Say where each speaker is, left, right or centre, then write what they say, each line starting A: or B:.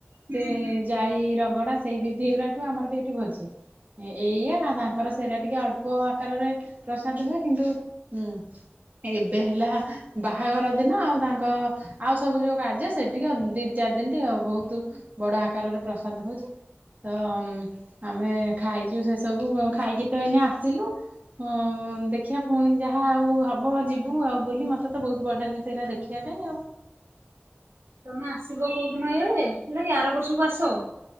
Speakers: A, on the right; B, on the right.
A: ହୁଁ
B: ସେ
A: ହୁଁ
B: ଯାଇ ରଗଡା ସେଇ ବିଧି ଉରାଠୁ ଆମର ବି ଏଠି ଭୋଜି। ଏଇଆ ତାଙ୍କର ସେ ରା ଟିକେ ଅଳ୍ପ ଆକାରରେ ପ୍ରସାଦ ହୁଏ କିନ୍ତୁ ହୁଁ ଏବେ ହେଲା ବାହାଘର ଦିନ ଆଉ ତାଙ୍କ ଆଉ ସବୁ ଯୋଉ କାର୍ଯ୍ୟ ସେଠିକେ ଦି ଚାରି ଦିନ ଟିକେ ବହୁତ ବଡ ଆକାରରେ ପ୍ରସାଦ ହଉଛି। ତ ଆମେ ଖାଇଛୁ ସେସବୁ ଖାଇକି ତ ଏଇନେ ଆସିଲୁ। ହଁ ଦେଖିବା ପୁଣି ଯାହା ଆଉ ହବ ଯିବୁ ଆଉ ବୁଲି ମତେ ତ ବହୁତ ବଢିଆ ଲାଗେ ସେଇଟା ଦେଖ ଦେଖିବା ପାଇଁ ଆଉ।
A: ତମେ ଆସିବ କୋଉ ଦିନ ଏଇଆଳେ ହେଲା କି ଆର ବର୍ଷକୁ ଆସ।